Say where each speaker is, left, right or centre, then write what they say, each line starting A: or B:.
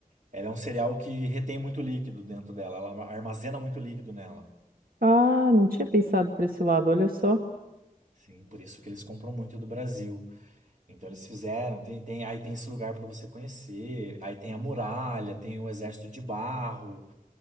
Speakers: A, on the right (about 55°); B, on the right (about 75°).
A: Ela é um cereal que retém muito líquido dentro dela, ela armazena muito líquido nela.
B: ah, não tinha pensado por esse lado, olha só.
A: Sim, por isso que eles compram muito do Brasil. Então eles fizeram, tem, tem, aí tem esse lugar para você conhecer, aí tem a muralha, tem o exército de barro.